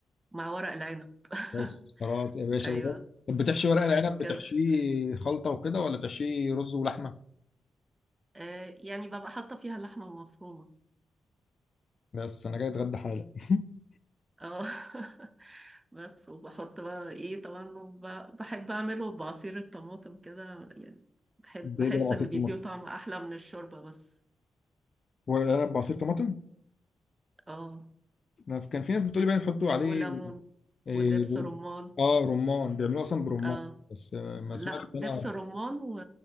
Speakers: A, on the right; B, on the left.
A: مع ورق العنب <laughs>
B: بس خلاص يا باشا
A: ايوه
B: و- طب بتحشي ورق
A: بس
B: العنب
A: كده
B: بتحشيه خلطة وكده ولا بتحشيه رز ولحمة؟
A: آه يعني ببقى حاطه فيها لحمه مفرومه
B: بس أنا جاي أتغدى حالا <laughs>
A: اه <laughs> بس وبحط بقى ايه طبعا وب- بحب اعمله بعصير الطماطم كده يعني بحب بحس
B: ده ده بعصير
A: ان بيديه
B: طماطم
A: طعم احلى من الشوربه بس
B: ورق العنب بعصير طماطم
A: اه
B: أنا كان في ناس بتقولي بقى بيحطوا عليه
A: وليمون
B: إيه
A: ودبس
B: ب-
A: رمان
B: آه رمان بيعملوه أصلا برمان
A: اه
B: بس آه، ما
A: لا
B: سمعتش
A: دبس
B: أنا
A: رمان و-